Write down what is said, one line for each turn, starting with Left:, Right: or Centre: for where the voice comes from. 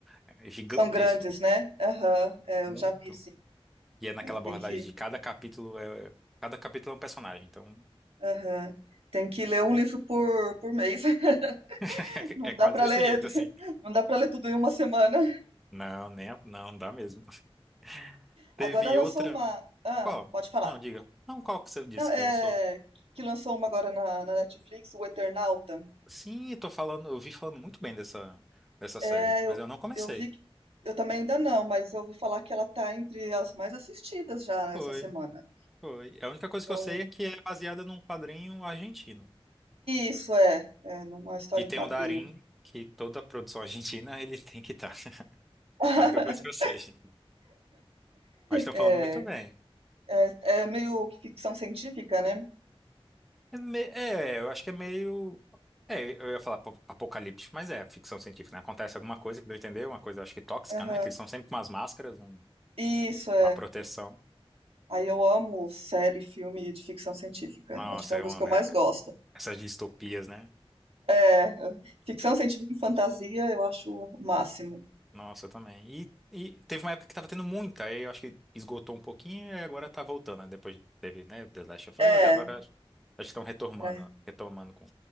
Centre: é, gigantescos,
Right: São grandes,
Centre: né?
Right: né? Aham, é,
Centre: muito.
Right: eu já vi, sim.
Centre: E é naquela
Right: É,
Centre: abordagem
Right: Tem que,
Centre: de cada capítulo é, cada capítulo é um personagem, então
Right: aham. Tem que ler um livro por, por mês. <laughs>
Centre: <laughs>
Right: Não
Centre: é, é quase
Right: dá para
Centre: desse
Right: ler,
Centre: jeito
Right: <laughs>
Centre: assim.
Right: não dá para ler tudo em uma semana.
Centre: Não, nem, a- não dá mesmo. <laughs> Teve
Right: Agora lançou
Centre: outra.
Right: uma, ah,
Centre: Qual?
Right: pode falar.
Centre: Não, diga. Não, qual que você disse
Right: Não, é
Centre: que lançou?
Right: que lançou uma agora na, na Netflix, o Eternauta.
Centre: Sim, eu tô falando, eu vi falando muito bem dessa, dessa série,
Right: É,
Centre: mas
Right: eu,
Centre: eu não comecei.
Right: eu vi, que- eu também ainda não, mas eu ouvi falar que ela tá entre as mais assistidas já
Centre: Foi,
Right: essa semana.
Centre: foi. A única coisa que
Right: É
Centre: eu
Right: um
Centre: sei é que é baseada num quadrinho argentino.
Right: isso, é. É, numa história
Centre: E tem
Right: em quadrinho.
Centre: o Darín, que toda produção <laughs> argentina ele tem que estar. <laughs>
Right: <laughs>
Centre: A única coisa que eu sei. Mas estão
Right: É,
Centre: falando muito bem.
Right: é, é meio que ficção científica, né.
Centre: É, me- é, eu acho que é meio. É, eu ia falar apo- apocalíptico, mas é ficção científica, né? Acontece alguma coisa que não entendeu, uma coisa acho que tóxica,
Right: Aham.
Centre: né? Que eles são sempre umas máscaras, um-
Right: Isso, é.
Centre: uma proteção.
Right: Aí eu amo série, filme de ficção científica.
Centre: Nossa,
Right: Acho que é
Centre: eu
Right: uma das
Centre: amo
Right: que eu mais
Centre: é,
Right: gosto.
Centre: essas distopias, né?
Right: É, ficção científica e fantasia eu acho o máximo.
Centre: Nossa, eu também. E, e teve uma época que tava tendo muita, aí eu acho que esgotou um pouquinho e agora tá voltando. né? Depois teve, né, The Last of
Right: É,
Centre: Us e agora acho que estão retomando,
Right: é.
Centre: retomando com